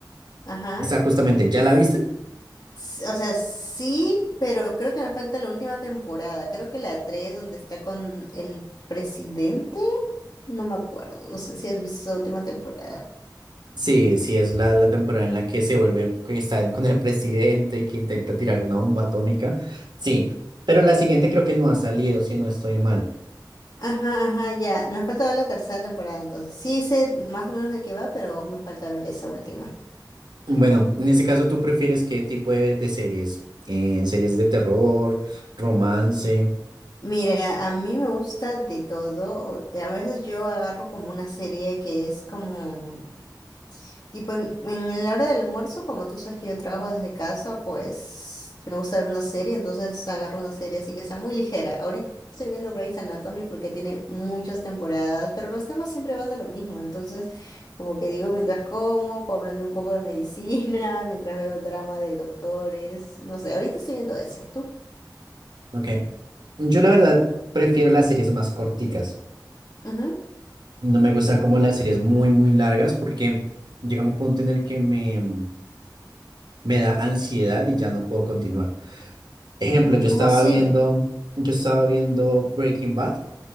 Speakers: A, on the left; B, on the right.
A: Ajá.
B: Esa justamente, ¿ya
A: S-
B: la viste?
A: s- O sea, sí, pero creo que nos falta la última temporada. Creo que la tres donde está con el presidente. No me acuerdo. No sé si has visto esa última temporada.
B: Sí, sí, es la, la temporada en la que se vuelve, que está con el presidente y que intenta tirar una bomba atómica. Sí, pero la siguiente creo que no ha salido, si no estoy mal.
A: Ajá, ajá, ya. Nos falta ver la tercera temporada, entonces. Sí sé más o menos de qué va, pero aún me falta ver esa última.
B: Bueno, en ese caso, ¿tú prefieres qué tipo de, de series? Eh, ¿series de terror, romance?
A: Mira, a mí me gusta de todo. o- eh, A veces yo agarro como una serie que es como, tipo, en, en la hora del almuerzo, como tú sabes que yo trabajo desde casa, pues me gusta ver una serie, entonces agarro una serie así que sea muy ligera. Ahorita estoy viendo Grey's Anatomy porque tiene muchas temporadas, pero los temas siempre van de lo mismo. Entonces, como que digo, mientras como, puedo aprender un poco de medicina, <laughs> mientras veo el drama de doctores, no sé, ahorita estoy viendo eso. ¿Tú?
B: Ok, yo la verdad prefiero las series más corticas.
A: Ujú.
B: No me gustan como las series muy, muy largas porque llega un punto en el que me, me da ansiedad y ya no puedo continuar. Ejemplo,
A: Mm,
B: yo
A: ¿cómo
B: estaba
A: así?
B: viendo, yo estaba viendo Breaking Bad,